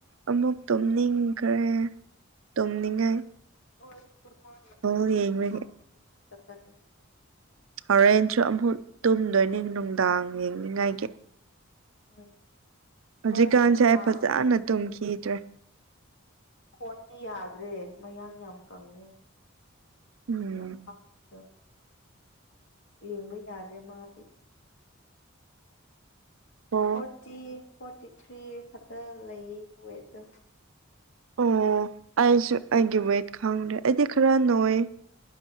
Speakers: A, on the right; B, on the left.
A: ꯑꯃꯨꯛ ꯇꯨꯝ ꯅꯤꯡꯈ꯭ꯔꯦ
B: <inaudible>
A: ꯇꯨꯝꯅꯤꯡꯉꯥꯏ
B: ꯍꯣꯏ <unintelligible>
A: ꯕꯣꯜ ꯌꯦꯡꯕꯒꯤ ꯍꯣꯔꯦꯟꯁꯨ ꯑꯃꯨꯛ ꯇꯨꯝꯗꯣꯏꯅꯤ ꯅꯨꯡꯗꯥꯡ ꯌꯦꯡꯅꯤꯡꯉꯥꯏꯒꯤ
B: ꯎꯝ
A: ꯍꯧꯖꯤꯛꯀꯥꯟꯁꯦ
B: ꯍꯣꯏ ꯍꯣꯏ
A: ꯑꯩ
B: ꯂꯥꯛꯑꯣ
A: ꯐꯖꯅ ꯇꯨꯝꯈꯤꯗ꯭ꯔꯦ
B: ꯀꯣꯣꯟꯖ ꯌꯥꯗ꯭ꯔꯦ ꯃꯌꯥꯡ ꯌꯥꯝ ꯀꯪꯉꯦ
A: ꯎꯝ
B: ꯌꯥꯝ ꯄꯥꯗꯣ ꯌꯦꯡꯕ ꯌꯥꯗ꯭ꯔꯦ ꯃꯥꯗꯤ
A: ꯕꯣꯜ
B: ꯐꯣꯔꯇꯤ ꯐꯣꯔꯇꯤ ꯊ꯭ꯔꯤ ꯈꯛꯇ ꯂꯩ ꯋꯦꯠꯇꯠꯇꯣ
A: ꯑꯣ ꯑꯩꯁꯨ ꯑꯩꯒꯤ ꯋꯦꯠ ꯈꯪꯗ꯭ꯔꯦ ꯑꯩꯗꯤ ꯈꯔ ꯅꯣꯏ